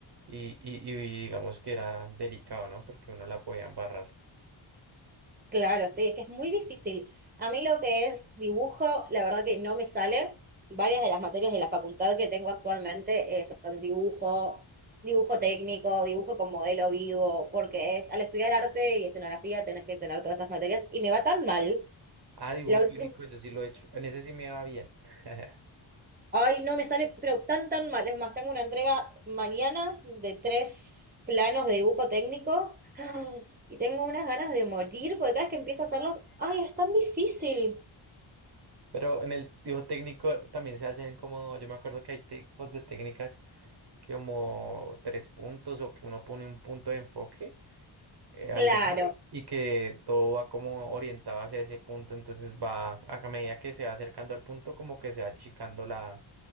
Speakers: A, on the right (about 55°); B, on the right (about 20°).
A: y, y, y digamos que era delicado, ¿no? Porque uno la podía embarrar.
B: Claro, sí, es que es muy difícil. A mí lo que es dibujo, la verdad que no me sale. Varias de las materias de la facultad que tengo actualmente eh, son dibujo, dibujo técnico, dibujo con modelo vivo, porque es- al estudiar arte y escenografía tenés que tener todas esas materias y me va tan mal.
A: Ah, dibujo
B: La última
A: técnico, yo sí lo he hecho. En ese sí me va bien. <laughs>
B: Ay, no me sale, pero tan tan mal. Es más, tengo una entrega mañana de tres planos de dibujo técnico <gasps> y tengo unas ganas de morir porque cada vez que empiezo a hacerlos, ay, es tan difícil.
A: Pero en el dibujo técnico también se hacen como, yo me acuerdo que hay tipos de técnicas que como tres puntos o que uno pone un punto de enfoque, eh, algo
B: Claro,
A: así, y que todo va como orientado hacia ese punto, entonces va a medida que se va acercando al punto como que se va achicando la,